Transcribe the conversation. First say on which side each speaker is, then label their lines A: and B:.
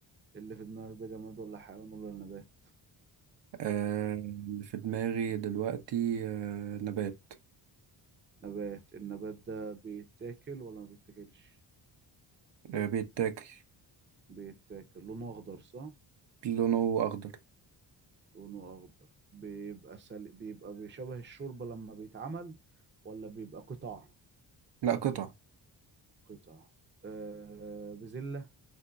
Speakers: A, on the right; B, on the right.
A: اللي في دماغك ده جماد ولا حيوان ولا نبات
B: آه اللي في دماغي دلوقتي آه نبات
A: نبات النبات ده بيتاكل ولا ما بيتاكلش
B: آه بيتاكل
A: بيتاكل لونه اخضر صح
B: لونه اخضر
A: لونه اخضر بيبقى سل... بيبقى بيشبه الشوربة لما بيتعمل ولا بيبقى قطع
B: لا قطع
A: قطع آه... بزلة